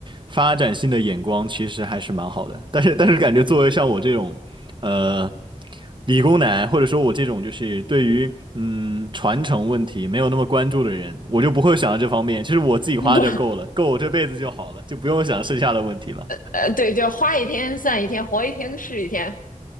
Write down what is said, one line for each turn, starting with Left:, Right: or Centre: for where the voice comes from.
Right: 发展性的眼光其实还是蛮好的，但是但是感觉作为像我这种，呃，理工男或者说我这种就是对于嗯传承问题没有那么关注的人，我就不会想到这方面。其实我自己花就够了，
Left: <laughs>
Right: 够我这辈子就好了，就不用想剩下的问题了。
Left: 呃，对，就花一天算一天，活一天是一天。